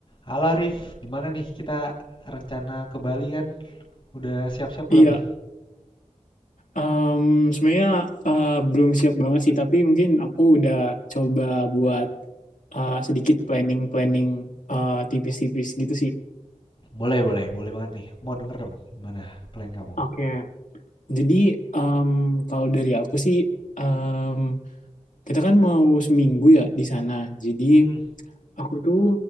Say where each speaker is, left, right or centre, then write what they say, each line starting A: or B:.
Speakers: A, on the left (about 40°); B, on the left (about 80°).
A: Halo Rif, gimana nih kita rencana ke Bali kan? Udah siap-siap belum
B: Iya,
A: nih?
B: em, sebenarnya eh, belum siap banget sih, tapi mungkin aku udah coba buat eh, sedikit planning-planning eh, tipis-tipis gitu sih.
A: Boleh, boleh, boleh banget nih. Mau denger dong gimana plan kamu?
B: Oke. Jadi em, kalau dari aku sih, em, kita kan mau seminggu ya di sana. Jadi
A: Hmm,
B: aku tuh